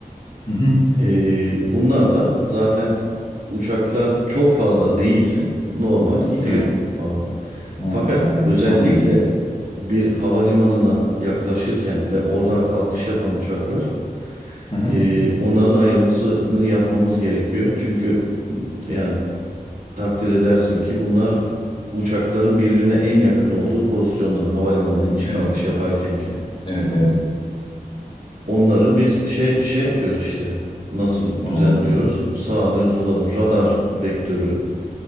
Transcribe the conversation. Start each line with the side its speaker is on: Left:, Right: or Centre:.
Left: Hı hı.
Right: Ee, bunlarla zaten uçaklar çok fazla değilse normal gidiyor
Left: Evet.
Right: havada.
Left: Ha,
Right: Fakat özellikle
Left: anladım.
Right: bir havalimanına yaklaşırken ve oradan kalkış yapan uçaklar
Left: Hı hı.
Right: e, onların ayırmasını yapmamız gerekiyor. Çünkü yani takdir edersin ki bunlar uçakların birbirine en yakın olduğu pozisyonlar havalimanına iniş
Left: Evet.
Right: kalkış yaparken ki.
Left: Evet evet.
Right: Onları biz şey şey yapıyoruz işte. Nasıl
Left: Oo,
Right: düzenliyoruz? Sağa dön, sola dön. Radar vektörü